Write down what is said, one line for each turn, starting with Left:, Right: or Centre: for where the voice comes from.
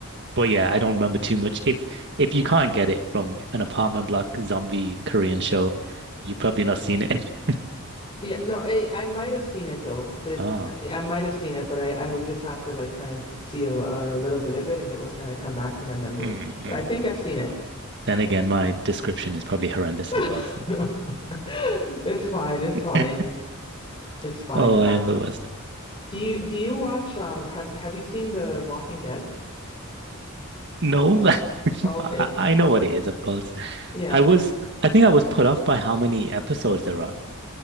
Right: but yeah, I don't remember too much. If if you can't get it from an apartment block zombie Korean show, you've probably not seen it. <laughs>
Left: Yeah, no, I, I might have seen it though. The
Right: Oh.
Left: I I might have seen it, but I, I would just have to like kind of see a, a little bit of it, and it will kind of come back to my memory.
Right: Mm, mm.
Left: But I think I've seen it.
Right: Then again, my description is probably horrendous
Left: <laughs>
Right: as well.
Left: No, <laughs> it's fine. It's
Right: <laughs>
Left: fine. It's fine.
Right: Oh, I
Left: Um,
Right: am the worst.
Left: do you do you watch um have have you seen The Walking Dead?
Right: No, <laughs>
Left: Oh, okay.
Right: I, I know what it is, of course.
Left: Yeah,
Right: I was, I think I was put off by how many episodes there are.